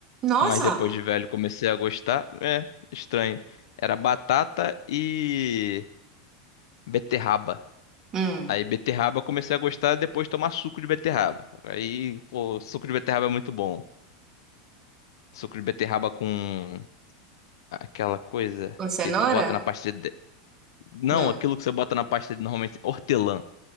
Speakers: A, on the right; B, on the left.
A: Nossa!
B: mas depois de velho comecei a gostar. É, estranho. Era batata e beterraba.
A: Hum.
B: Aí beterraba eu comecei a gostar depois de tomar suco de beterraba. Aí, pô, suco de beterraba é muito bom. Suco de beterraba com aquela coisa
A: Com cenoura?
B: que bota na pasta de... Não,
A: Não.
B: aquilo que você bota na pasta de normalmente hortelã.